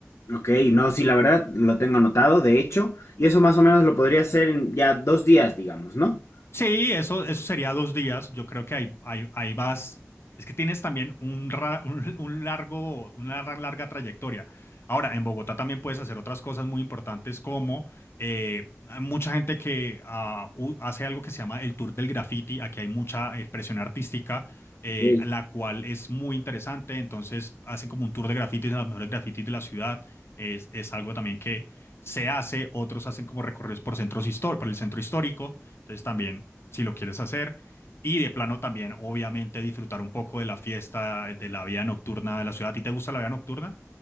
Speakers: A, on the left; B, on the left.
A: Ok, no, sí, la verdad lo tengo anotado, de hecho, y eso más o menos lo podría hacer en ya dos días, digamos, ¿no?
B: Sí, eso, eso sería dos días. Yo creo que ahí, ahí, ahí vas. Es que tienes también un, ra- un, un largo, una ra- larga trayectoria. Ahora, en Bogotá también puedes hacer otras cosas muy importantes como eh, hay mucha gente que ah, u- hace algo que se llama el tour del graffiti. Aquí hay mucha expresión artística, eh,
A: Ok.
B: la cual es muy interesante. Entonces, hacen como un tour de grafitis, a los mejores grafitis de la ciudad. Es, es algo también que se hace. Otros hacen como recorridos por centros histó- por el centro histórico. Entonces también, si lo quieres hacer, y de plano también, obviamente, disfrutar un poco de la fiesta, de la vida nocturna de la ciudad. ¿A ti te gusta la vida nocturna?